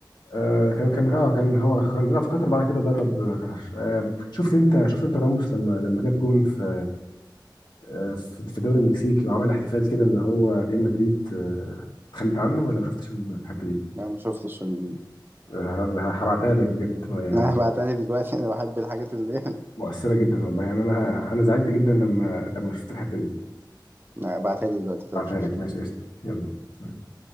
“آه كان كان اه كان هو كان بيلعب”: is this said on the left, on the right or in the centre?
Left